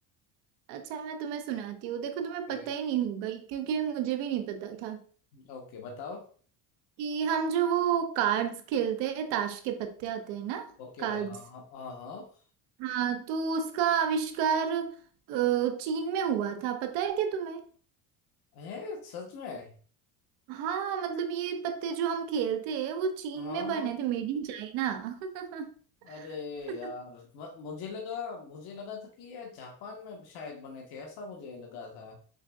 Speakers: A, on the right (about 85°); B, on the left (about 65°).
A: अच्छा मैं तुम्हें सुनाती हूँ देखो
B: ओके
A: तुम्हें पता ही नहीं होगा क्योंकि मुझे भी नहीं पता था
B: ओके बताओ
A: कि हम जो वो कार्ड्स खेलते हैं ताश के पत्ते आते हैं ना
B: ओके
A: कार्ड्स
B: हाँ हाँ हाँ हाँ।
A: हाँ तो उसका आविष्कार अ, चीन में हुआ था पता है क्या तुम्हें
B: है सच में
A: हाँ मतलब ये पत्ते जो हम खेलते हैं वो चीन
B: हाँ
A: में बने थे Made in China <laughs>
B: अरे यार म- मुझे लगा मुझे लगा था कि ये जापान में शायद बने थे ऐसा मुझे लगा था